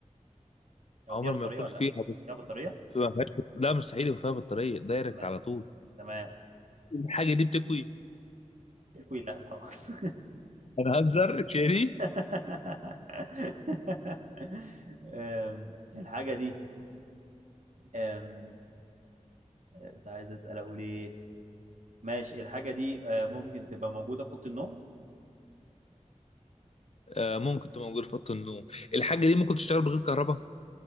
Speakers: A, on the right; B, on the left.
A: أو
B: عمر
A: فيها بطارية
B: ما يكون
A: ولا
B: فيها
A: لأ؟
B: بط-
A: فيها بطارية؟
B: في ما فيهاش بط- لا مستحيل يبقى فيها بطارية دايركت
A: تمام
B: على طول
A: تمام
B: الحاجة دي بتكوي
A: تكوي لأ خلاص
B: أنا هنزر شيري
A: <laughs> أم... الحاجة دي أم... كنت عايز أسأل أقول ايه ماشي الحاجة دي آه، ممكن تبقى موجودة في أوضة النوم
B: آه ممكن تبقى موجودة في أوضة النوم الحاجة دي ممكن تشتغل بغير كهرباء